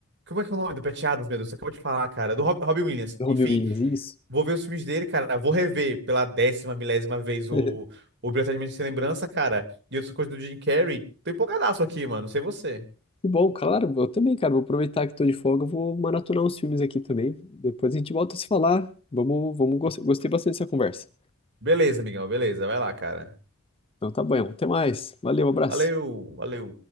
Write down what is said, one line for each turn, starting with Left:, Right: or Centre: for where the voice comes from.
Right: Como é que é o nome? Do Pat Adams, meu Deus, você acabou de falar, cara. Do Rob, Robin Williams.
Left: Do Robin
Right: Enfim.
Left: Williams, isso.
Right: Vou ver os filmes dele, cara. Vou rever pela décima, milésima vez o
Left: <laughs>
Right: o Brilhantemente Sem Lembrança, cara. E outras coisas do Jim Carrey. Tô empolgadaço aqui, mano. Não sei você.
Left: Que bom, claro, eu também, cara, vou aproveitar que tô de folga, eu vou maratonar uns filmes aqui também, depois a gente volta a se falar, vamos, vamos, gos- gostei bastante dessa conversa.
Right: Beleza, amigão. Beleza. Vai lá, cara.
Left: Então tá bom, até mais, valeu, abraço.
Right: Valeu, valeu.